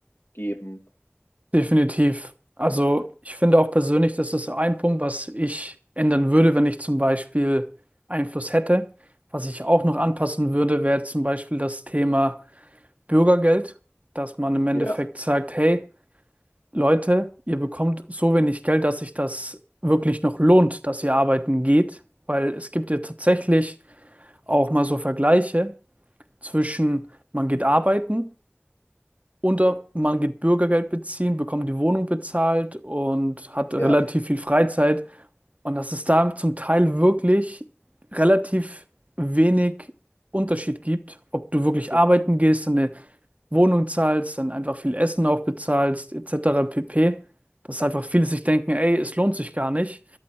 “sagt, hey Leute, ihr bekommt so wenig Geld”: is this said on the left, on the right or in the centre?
Right